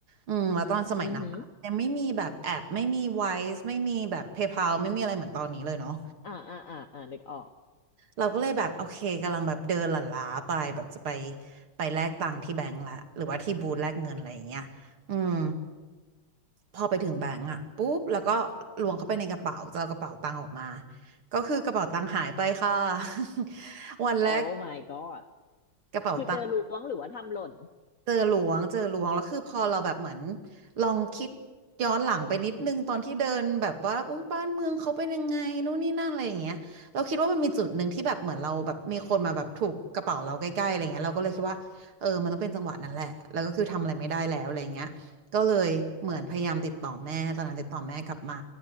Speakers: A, on the right; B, on the left.
A: อืมแล้วตอนสมัยนั้น
B: อือหือ
A: ยังไม่มีแบบแอปไม่มีไวซ์ไม่มีแบบ PayPal ไม่มีอะไรเหมือนตอนนี้เลยเนาะ
B: อ่าอ่าอ่าอ่านึกออก
A: เราก็เลยแบบโอเคกำลังแบบเดินหลั่นล้าไปแบบจะไปไปแลกตังค์ที่แบงก์ละหรือว่าที่บูธแลกเงินอะไรอย่างเงี้ยอืมพอไปถึงแบงก์อ่ะปุ๊บแล้วก็ล้วงเข้าไปในกระเป๋าจะเอากระเป๋าตังค์ออกมาก็คือกระเป๋าตังค์หายไปค่ะ <laughs> วันแรก
B: โอ้ my god
A: กระเป๋าตังค์
B: คือเจอล้วงหรือว่าทำหล่น
A: เจอหลวงเจอหลวงแล้วคือพอเราแบบเหมือนลองคิดย้อนหลังไปนิดนึงตอนที่เดินแบบว่าอุ้ยบ้านเมืองเขาเป็นยังไงนู่นนี่นั่นอะไรอย่างเงี้ยเราคิดว่ามันมีจุดหนึ่งที่แบบเหมือนเราแบบมีคนมาแบบถูกกระเป๋าเราใกล้ๆอะไรเงี้ยเราก็เลยคิดว่าเออมันต้องเป็นจังหวะนั้นแหละแล้วก็คือทำอะไรไม่ได้แล้วอะไรเงี้ยก็เลยเหมือนพยายามติดต่อแม่ตอนนั้นติดต่อแม่กลับมา